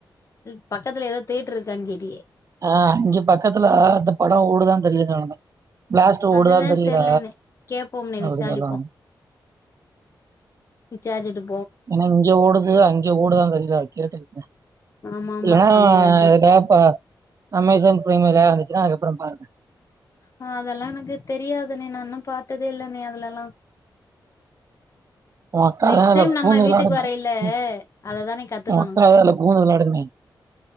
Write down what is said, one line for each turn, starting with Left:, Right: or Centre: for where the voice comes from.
Left: ம் பக்கத்துல ஏதாவது தேட்ரு இருக்கான்னு கேட்டியே
Right: ஆ அஞ்சு பக்கத்துல அந்த படோ ஓடுதானு தெரியுலங்றானுங்க பளாஸ்ட்டு ஓடுதா
Left: அதுதான்
Right: தெரியுல
Left: தெர்லனே. கேட்போம்னே
Right: அப்டீனு
Left: விசாரிப்போம்.
Right: சொல்லுவாங்
Left: ரிச்சார்ஜு ஆயிடும்
Right: ஏன்னா இங்க ஓடுது அங்க ஓடுதான்னு தெரியுல கேட்டு
Left: ஆமாமா.
Right: இல்லன்னா
Left: அங்க டிஸ்
Right: இதுக்கப்ப அமேசான் ப்ரைம் எதாவது வந்துச்சுன்னா அதுகப் புறோ பாருங்க
Left: ஆ அதெல்லா எனக்கு தெரியாதுண்ணே நா இன்னு பாத்ததே இல்லண்ணே நீ அதுலெல்லா
Right: உ அக்காலா
Left: நெக்ஸ்ட்
Right: அதுல
Left: டைம் நம்ம
Right: பூந்து வெளாடுமே
Left: வீட்டுக்கு வரையில
Right: ம் உ
Left: அததானே கத்துக்கணும்.
Right: அக்காலா பூந்து வெளயாடிடுமே